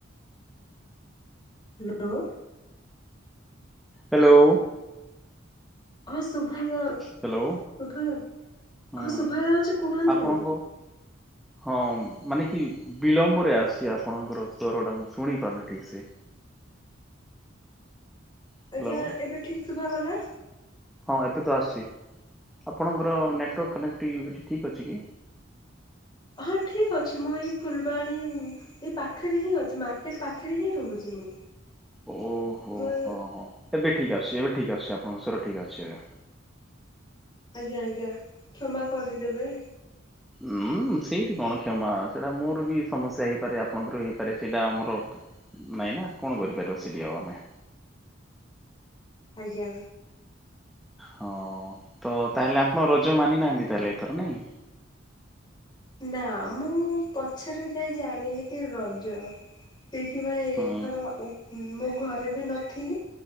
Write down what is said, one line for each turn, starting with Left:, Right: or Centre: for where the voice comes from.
Left: ହ୍ୟାଲୋ।
Centre: ହ୍ୟାଲୋ।
Left: ହଁ ଶଭାଗ,
Centre: ହ୍ୟାଲୋ
Left: ଶଭା,
Centre: ହୁଁ
Left: ହଁ ଶଭାଯାଉଛି କୁହନ୍ତୁ।
Centre: ଆପଣଙ୍କ ହଁ ମାନେ କି ବିଳମ୍ବରେ ଆସୀ ଆପଣଙ୍କର ସ୍ୱରଟା ମୁଁ ଶୁଣିପାରୁନି ଠିକ୍ ସେ। ହ୍ୟାଲୋ
Left: ଆଜ୍ଞା, ଏବେ ଠିକ ଶୁଭା ଗଲା?
Centre: ହଁ ଏବେ ତ ଆସୁଛି, ଆପଣଙ୍କର ନେଟୱାର୍କ କନେକ୍ଟିଭି ଠିକ୍ ଅଛି କି?
Left: ହଁ ଠିକ୍ ଅଛି, ମୁଁ ଏଇ ଫୁଲବାଣୀ ଏ ପାଖରେ ହିଁ ଅଛି, ମାର୍କେଟ ପାଖରେ ହିଁ ରହୁଛି ମୁଁ,
Centre: ଓହୋ ହଁ
Left: ମୋ
Centre: ହଁ ଏବେ ଠିକ୍ ଆସୁଛି, ଏବେ ଠିକ ଅଛି ଆପଣଙ୍କ ସ୍ୱର ଠିକ୍ ଅଛି ଏବେ।
Left: ଆଜ୍ଞା ଆଜ୍ଞା, କ୍ଷମା କରିଦେବେ।
Centre: ଉୁଁ ସେଇଠି କଣ କ୍ଷମା, ସେଇଟା ମୋର ବି ସମସ୍ୟା ହେଇପାରେ ଆପଣଙ୍କର ହେଇପାରେ, ସେଇଟା ଆମର ନାଇଁ ନା, କଣ କରିପାରିବ ସେଠି ଆଉ ଆମେ
Left: ଆଜ୍ଞା।
Centre: ହଁ ତ ତାହେଲେ ଆପଣ ରଜ ମାନିନାହାନ୍ତି ତାହେଲେ ଏଥର ନାଇଁ?
Left: ନା, ମୁଁ ପଛରେ ଯାଇ ଜାଣିଲି କି ରଜ ସେଇଥିପାଇଁ ଏଇଥର
Centre: ହୁଁ
Left: ମୁଁ ଘରେ ବି ନଥିଲି।